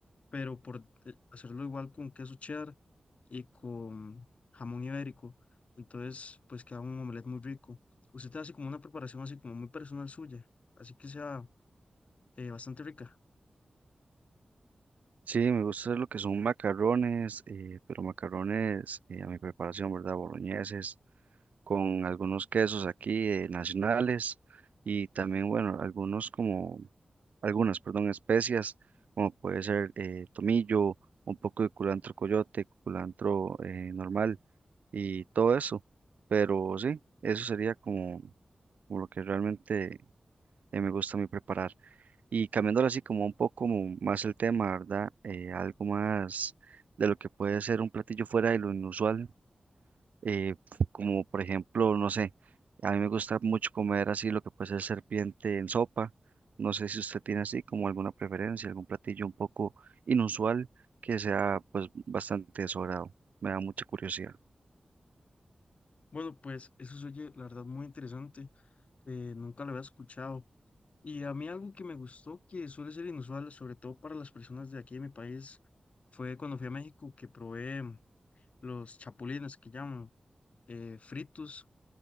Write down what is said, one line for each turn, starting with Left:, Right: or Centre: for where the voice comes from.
Left: pero por eh, hacerlo igual con queso cheddar y con jamón ibérico. Entonces, pues queda un omelette muy rico. Usted hace como una preparación así como muy personal suya, así que sea eh, bastante rica.
Right: Sí, me gusta hacer lo que son macarrones, eh, pero macarrones eh, a mi preparación, ¿verdad? Boloñeses, con algunos quesos aquí eh, nacionales y también, bueno, algunos como, algunas, perdón, especias, como puede ser eh, tomillo, un poco de culantro coyote, culantro eh, normal y todo eso. Pero sí, eso sería como. como lo que realmente eh, me gusta a mí preparar. Y cambiándolo así como un poco mo- más el tema, ¿verdad? Eh, algo más de lo que puede ser un platillo fuera de lo inusual, eh, como por ejemplo, no sé, a mí me gusta mucho comer así lo que puede ser serpiente en sopa. No sé si usted tiene así como alguna preferencia, algún platillo un poco inusual que sea pues bastante de su agrado. Me da mucha curiosidad.
Left: Bueno, pues eso se oye, la verdad, muy interesante. eh, nunca lo había escuchado. Y a mí algo que me gustó, que suele ser inusual, sobre todo para las personas de aquí de mi país, fue cuando fui a México que probé. los chapulines que llaman, eh, fritos,